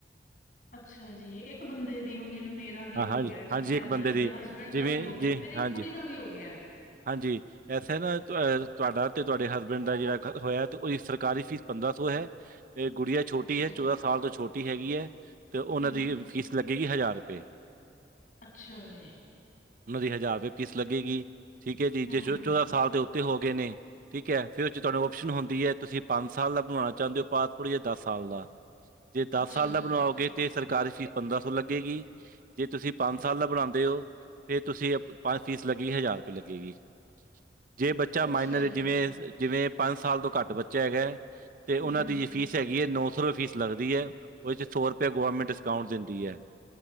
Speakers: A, on the left; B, on the right.
A: ਅੱਛਾ ਜੀ ਇੱਕ ਬੰਦੇ ਦੀ ਹੁਣ ਜਿਵੇਂ ਮੇ ਵੀ
B: ਹਾਂ
A: ਹੋ
B: ਹਾਂਜੀ
A: ਗਿਆ ਐਕਸਪਾਇਰ
B: ਹਾਂਜੀ ਇੱਕ ਬੰਦੇ ਦੀ
A: ਤੇ ਹਸਬੈਂਡ
B: ਜਿਵੇਂ
A: ਦਾ ਵੀ ਹੋ ਗਿਆ
B: ਜੀ
A: ਤੇ ਮੇਰੀ
B: ਹਾਂਜੀ
A: ਕੁੜੀ ਦਾ ਵੀ ਹੋ ਗਿਆ।
B: ਹਾਂਜੀ। ਐਸੇ ਨਾ ਤੁਹਾਡਾ ਤੇ ਤੁਹਾਡੇ ਹਸਬੈਂਡ ਦਾ ਜਿਹੜਾ ਹੋਇਆ ਤੇ ਉਹਦੀ ਸਰਕਾਰੀ ਫੀਸ ਪੰਦਰਾਂ ਸੌ ਹੈ। ਇਹ ਗੁੜੀਆ ਛੋਟੀ
A: ਅੱਛਾ
B: ਹੈ ਚੌਦਾਂ ਸਾਲ ਤੋਂ ਛੋਟੀ ਹੈਗੀ ਹੈ ਤੇ ਉਹਨਾਂ
A: ਹਾਂਜੀ
B: ਦੀ ਫੀਸ ਲੱਗੇਗੀ ਹਜ਼ਾਰ ਰੁਪਏ।
A: ਅੱਛਾ ਜੀ।
B: ਉਹਨਾਂ ਦੀ ਹਜ਼ਾਰ ਰੁਪਏ ਫੀਸ ਲੱਗੇਗੀ ਠੀਕ ਹੈ ਜੀ
A: ਹਮ
B: ਜੇ ਚੌਦਾਂ ਸਾਲ ਦੇ ਉੱਤੇ ਹੋ ਗਏ ਨੇ। ਠੀਕ ਹੈ ਫਿਰ ਉਹ ਚ ਤੁਹਾਨੂੰ ਓਪਸ਼ਨ ਹੁੰਦੀ ਹੈ ਤੁਸੀਂ ਪੰਜ ਸਾਲ ਦਾ ਬਣਾਉਣਾ ਚਾਹੁੰਦੇ ਹੋ ਪਾਸਪੋਰਟ ਜਾਂ ਦਸ ਸਾਲ ਦਾ ਜੇ ਦਾਸ
A: ਅੱਛਾ
B: ਸਾਲ ਦਾ
A: ਜੀ
B: ਬਣਵਾਓਗੇ ਤੇ ਸਰਕਾਰੀ ਫੀ, ਪੰਦਰਾਂ ਸੌ ਲੱਗੇਗੀ ਜੇ ਤੁਸੀਂ ਪੰਜ ਸਾਲ ਦਾ ਬਣਾਂਦੇ ਓ ਫੇਰ ਤੁਸੀ, ਅਪ ਤਾਂ ਫ਼ੀਸ ਲੱਗੇਗੀ ਹਜਾਰ ਰਪੇ ਲੱਗੇਗੀ। <inaudible> ਜੇ ਬੱਚਾ
A: ਅੱਛਾ
B: ਮਾਈਨਰ
A: ਜੀ
B: ਜਿਵੇਂ, ਸ ਜਿਵੇਂ ਪੰਜ ਸਾਲ ਤੋਂ ਘੱਟ ਬੱਚਾ ਹੈਗਾ ਏ, ਤੇ
A: ਹਾਂਜੀ
B: ਓਨਾਂ ਦੀ ਫੀਸ ਹੈਗੀ ਐ ਨੋ ਸੋ ਰਪੈ ਫੀਸ ਲੱਗਦੀ ਐ, ਓਦੇ ਚ ਸੋ ਰਪੈ ਗੌਰਰਮੈਂਟ ਡਿਸਕਾਊਂਟ ਦਿੰਦੀ ਐ।